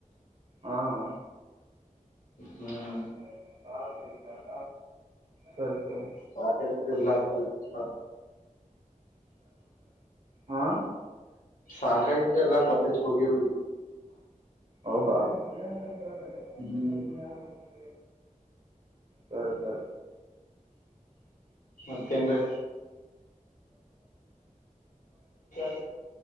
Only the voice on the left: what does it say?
<inaudible> ಹ್ಮ
ಸಾಕಾಗಿದೆ ಎಲ್ಲ ಕಾಲೇಜ್
ಸಾಕಾಗಿದೆ ಎಲ್ಲ ಕಾಲೇಜ್ ಹೋಗಿ ಹೋಗಿ
ಹ್ಮ್
ಮತ್ತೇ ಏನ್ರೀ ರಿ